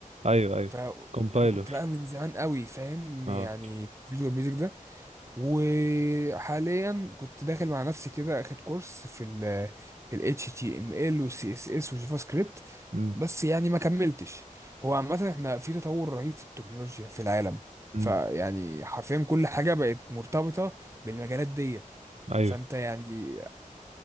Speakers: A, on the right; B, on the right.
A: ايوه ايوه
B: فأنا
A: كومبايلر
B: كنت بقى من زمان قوي فاهم
A: اه
B: يعني في الفيجوال بيزك ده. وحاليا كنت داخل مع نفسي كده اخد كورس في ال في ال HTML و CSS و جافا سكريبت
A: امم
B: بس يعني ما كملتش هو عامة احنا في تطور رهيب في التكنولوجيا في العالم
A: امم
B: فيعني حرفيا كل حاجة بقت مرتبطة بالمجالات ديت
A: ايوه
B: فانت يعني